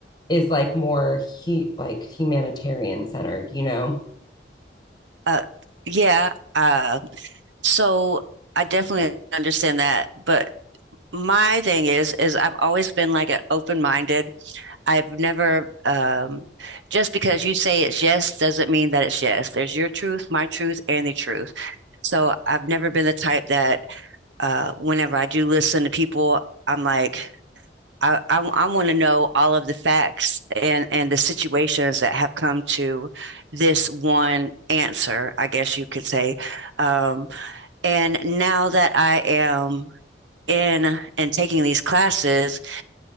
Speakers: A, on the left (about 25°); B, on the right (about 85°).
A: is like more he like humanitarian centered, you know?
B: uh, yeah. uh, so I definitely understand that, but my thing is, is I've always been like an open-minded I've never, um, just because you say it's yes doesn't mean that it's yes. There's your truth, my truth, and the truth. So I've never been the type that uh, whenever I do listen to people, I'm like, I, I, I want to know all of the facts and, and the situations that have come to this one answer, I guess you could say. Um, and now that I am in and taking these classes,